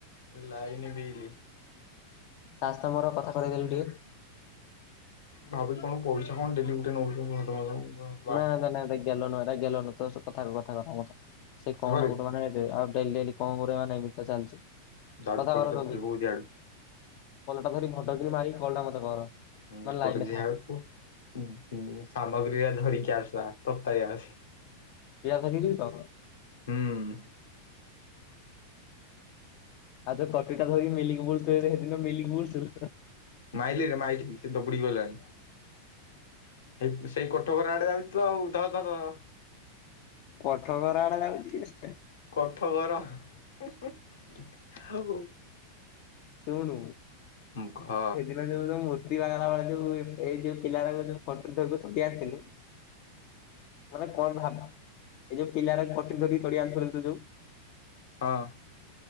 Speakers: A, on the left (about 60°); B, on the left (about 45°).
A: ଏ ଲାଇନି ବିିଲି।
B: ତା ସହିତ ମୋର କଥା କରେଇଦେଲୁ ଟିକେ।
A: ଭାବୁଚି କଣ ପଇସା କଣ ଡେଲି ଗୋଟେ ନଉଚୁ <inaudible>
B: ନା, ନା, ନା ଏଟା ଗେଲ ନୁହଁ, ଏଟା ଗେଲ ନୁହଁ, ତ ସହିତ କଥା ହେବେ କଥା ହେବେ ଆପଣ କଥା ସେ
A: କଥା
B: କଣ
A: କରେ।
B: ଗୋଟେ ମାନେ ଡେ ଆଉ ଡେଲି ଡେଲି କଣ ଗୋଟେ ମାନେ ଏମିତି ତ ଚାଲିଛି।
A: ଡାଉଟ୍
B: କଥା
A: କଲର
B: <unintelligible>
A: ଧରିବୁ ଯଆଡୁ
B: ପଲଟା ଧରି ଫଟୋ ଉଠେଇ ମାରିକି କଲ୍ ଟା ମୋତେ କର।
A: ହୁଁ,
B: ମାନେ ଲାଇନରେ
A: କରୁଛି
B: ଥା
A: ଆଉ ତୁ ଉଁ, ହୁଁ, ସାମଗ୍ରୀ ଆ ଧରିକି ଆସ ଆ ତତାଇ ଆସ।
B: ଇଆ ଧରିକି ଯିବି ତ?
A: ହୁଁ।
B: ଆଉ <unintelligible> ଧରିକି ମିଲିକି ବୁଷ୍ଟ ସେ ଦିନ ମିଲିକି ବୁଷ୍ଟ।
A: ମାଇଲି ରେ ମାଇଲି ସେ ଦବୁଡ଼ି ଗଲାଣି। ଏହି ସେଇ କୋଠଘର ଆଡେ ଯାଉଛି ତ ଆଉ ଧ ଧ ଧ ଧର।
B: କୋଠଘର ଆଡେ ଯାଉଛି କିରେ।
A: କୋଠଘର ଆଉ
B: ଶୁଣୁ
A: ମୁଁ ଘ
B: ଏ ଯୋଉ ମୂର୍ତ୍ତି ବାଗେଇଲା ବେଳେ ଯୋଉ ଏଇ ଯୋଉ ପିଲା ଡାଗୁକ ଯୋଉ କଟୁରି ଧରିକି ତଡି ଆସିଲୁ ମାନେ କଣ ଭାବୁ ଏଇ ଯୋଉ ପିଲାରା କଟୁରି ଧରିକି ତଡି ଆଣୁଥିଲେ ତତେ ଯୋଉ
A: ହଁ।